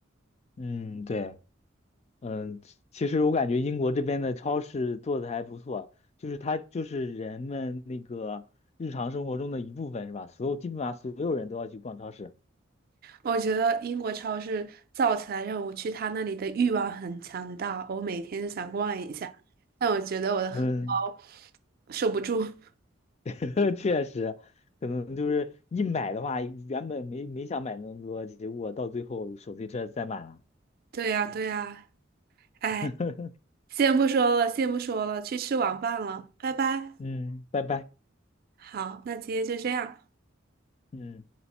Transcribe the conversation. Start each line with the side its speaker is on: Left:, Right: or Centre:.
Left: 嗯，对。嗯，其实我感觉英国这边的超市做的还不错，就是它就是人们那个日常生活中的一部分，是吧？所有基本上所有人都要去逛超市。
Right: 我觉得英国超市造起来让我去他那里的欲望很强大，我每天就想逛一下，但我觉得我的荷包
Left: 嗯，
Right: 受不住。<laughs>
Left: <laughs> 确实，可能就是一买的话，原本没没想买那么多，结果到最后手推车塞满了。
Right: 对呀，对呀，哎，
Left: <laughs>
Right: 先不说了，先不说了，去吃晚饭了，拜拜。
Left: 嗯，拜拜。
Right: 好，那今天就这样。
Left: 嗯。